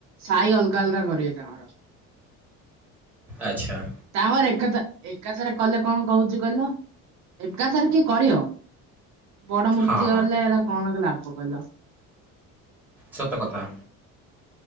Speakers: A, on the right; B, in the centre.
A: ସାହି ଅଲଗା ଅଲଗା କରିବେ ତାଙ୍କର।
B: ଆଚ୍ଛା।
A: ତାଙ୍କର ଏକାଥ ଏକାଥାରେ କଲେ କଣ କହୁଛି କହିଲ ଏକାଥରେ କିଏ କରହ ବଡ ମୂର୍ତ୍ତି
B: ହଁ
A: ଗଲେ ଏଟା କଣ ଲାଭ କହିଲ।
B: ସତକଥା।